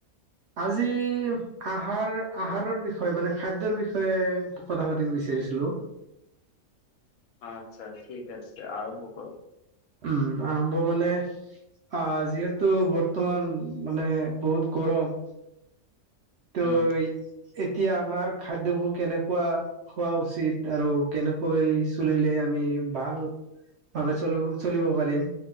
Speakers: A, on the right; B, on the left.
A: আজি আহাৰ আহাৰৰ বিষয়ে মানে খাদ্যৰ বিষয়ে কথা পাতিব বিচাৰিছিলো
B: আচ্ছা ঠিক আছে আৰম্ভ কৰক
A: উম আৰম্ভ মানে আ যিহেতু বৰ্তমান মানে বহুত গৰম তই
B: উম
A: এতিয়া আমাৰ খাদ্যবোৰ কেনেকুৱা খোৱা উচিত আৰু কেনেকৈ চুলিলে আমি ভাল। ভাৱে চল চলিব পাৰিম